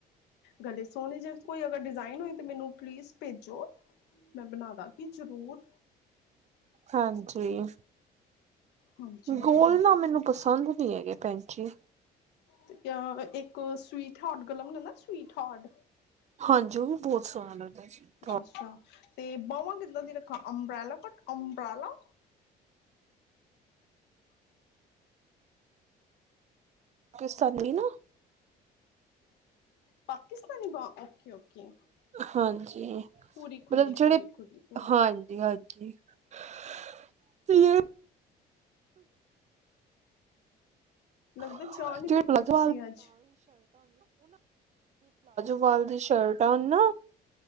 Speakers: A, on the left (about 80°); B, on the right (about 40°).
A: ਗਲੇ ਸੋਹਣੇ ਜੇ ਕੋਈ ਅਗਰ ਡਿਜ਼ਾਇਨ ਹੋਏ ਤਾਂ ਮੈਨੂੰ ਪਲੀਜ਼ ਭੇਜੋ। ਮੈਂ ਬਣਾ ਦਵਾਂਗੀ ਜ਼ਰੂਰ।
B: ਹਾਂਜੀ,
A: ਹਾਂਜੀ ਹਾਂਜੀ
B: ਗੋਲ ਨਾ ਮੈਨੂੰ ਪਸੰਦ ਨਹੀਂ ਹੈਗੇ, ਭੈਣਜੀ
A: ਤੇ ਅ ਇੱਕ ਸਵੀਟ ਹਾਰਟ ਗਲਾ ਬਣਾਉਣਾ ਸਵੀਟ ਹਾਰਟ,
B: ਹਾਂਜੀ ਉਹ ਬਹੁਤ ਸੋਹਣਾ ਲੱਗਦਾ,,,,, ਟ
A: ਅੱਛਾ,,,, ਤੇ ਬਾਹਵਾਂ ਕਿੱਦਾਂ ਦੀ ਰੱਖਾਂ ਅੰਬਰਾਲਾ ਕਟ ਅੰਬਰਾਲਾ,,
B: ਕੀ ਸਾਦੀ ਨਾ,,
A: ਪਾਕਿਸਤਾਨੀ ਬਾਂਹ ਓਕੇ -ਓਕੇ,,
B: ਹਾਂਜੀ,,,,
A: ਪੂਰੀ ਖੁੱਲੀ
B: ਮਤਲਬ ਜਿਹੜੇ,,,,
A: ਪੂਰੀ ਖੁੱਲੀ ਪੂਰੀ
B: ਹਾਂਜੀ-
A: ਖੁੱਲੀ
B: ਹਾਂਜੀ, <inaudible> <inaudible> <unintelligible> <unintelligible>
A: ਲੱਗਦਾ ਚਾਹ ਨੀ
B: ਉਹ,,,,
A: ਪੀਤੀ
B: ਪਲਾਜੋ
A: ਤੁਸੀਂ ਅੱਜ
B: ਵਾਲ ਦੀ ਸ਼ਰਟਾ ਆ ਨਾ,